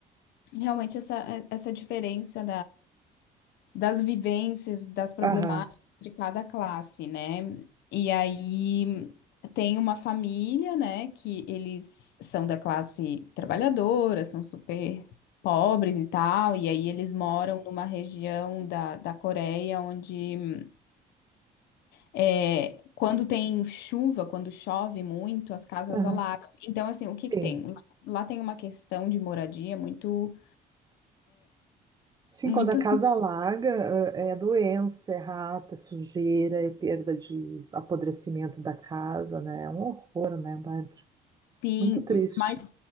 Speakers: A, on the left; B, on the right.
A: realmente essa, essa diferença das vivências, das problemáticas
B: aham,
A: de cada classe, né? E aí tem uma família, né, que eles são da classe trabalhadora, são super pobres e tal, e aí eles moram numa região da, da Coreia onde é, quando tem chuva, quando chove muito, as casas
B: aham.
A: alagam. Então, assim, o
B: Sim.
A: que que tem? Lá lá tem uma questão de moradia muito,
B: Sim,
A: muito,
B: quando a casa alaga, eh, é doença, é rato, é sujeira, é perda de apodrecimento da casa, né? É um horror, né, Bárbara?
A: sim,
B: Muito triste.
A: mais